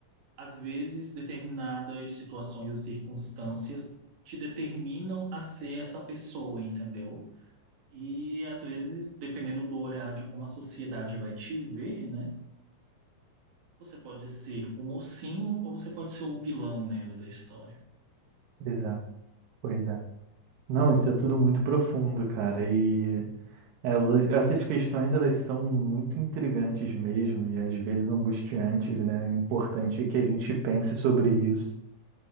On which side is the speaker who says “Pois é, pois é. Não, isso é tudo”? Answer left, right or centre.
Right